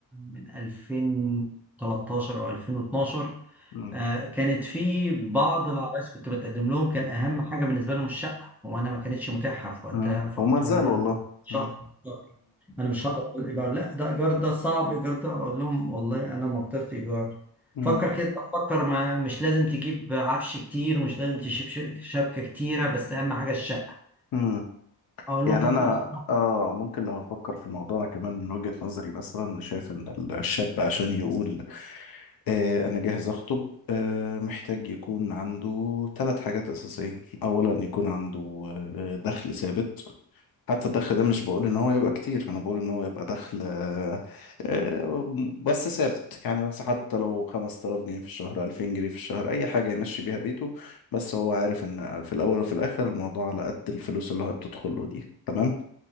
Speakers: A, in the centre; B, on the left.
A: من 2013 او 2012
B: امم
A: آه، كانت في بعض العرايس كنت بتقدم لهم كان اهم حاجه بالنسبه لهم الشقه وانا ما كانتش متاحه في وقتها
B: امم
A: فقلت
B: هما زال
A: لهم لا
B: والله
A: انا مش
B: امم
A: هقدر انا مش هقدر اقول ايجار لا ده ايجار ده صعب ايجار ده اقول لهم والله انا ما قدرت ايجار
B: امم
A: فكر كده فكر ما مش لازم تجيب عفش كتير ومش لازم تجيب ش- شبكه كتيره بس اهم حاجه الشقه
B: امم
A: اقول
B: يعني
A: لهم طب
B: انا
A: خلاص
B: اه ممكن لو هفكر في الموضوع انا كمان من وجهة نظري مثلا شايف ان الشاب عشان يقول آه انا جاهز اخطب آه محتاج يكون عنده ثلاث حاجات اساسية اولا يكون عنده آه دخل ثابت حتى الدخل ده مش بقول ان هو يبقى كتير انا بقول ان هو يبقى دخل آه آه بس ثابت يعني بس حتى لو 5000 جنيه في الشهر 2000 جنيه في الشهر اي حاجة يمشي بيها بيته بس هو عارف ان في الاول وفي الاخر الموضوع على قد الفلوس اللي هو بتدخله دي تمام